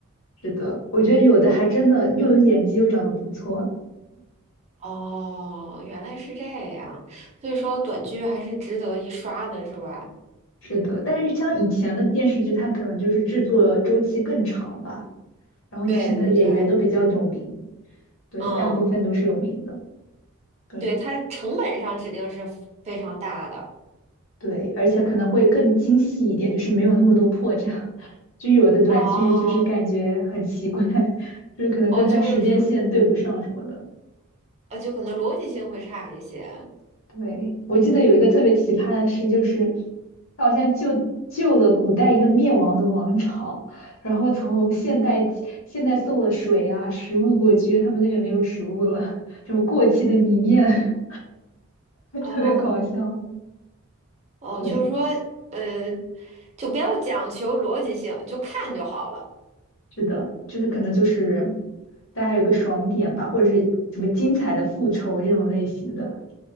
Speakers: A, on the left (about 60°); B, on the right (about 30°).
A: 是的，我觉得有的还真的又有演技又长得不错，
B: 哦，原来是这样，所以说短剧还是值得一刷的，是吧？
A: 是的，但是像以前的电视剧，它可能就是制作周期更长吧，然后请的演员都比较有名，
B: 对对对，
A: 对，
B: 嗯。
A: 大部分都是有名的，对。
B: 对，它成本上指定是非常大的。
A: 对，而且可能会更精细一点，就是没有那么多破绽。<laughs> 就有的短剧就是感觉很奇怪，
B: 哦
A: <laughs> 就是可能跟它时间线对不上什么的。
B: 哦，就是是呃，就可能逻辑性会差一些。
A: 对，我记得有一个特别奇葩的事，就是他好像救救了古代一个灭亡的王朝，然后从现代现代送了水啊、食物过去，因为他们那边没有食物了，<laughs> 什么过期的米面，<laughs>
B: 哦
A: 特别搞笑。
B: 哦，
A: 对。
B: 就是说，呃，就不要讲求逻辑性，就看就好了。
A: 是的，就是可能就是大家有个爽点吧，或者是什么精彩的复仇这种类型的。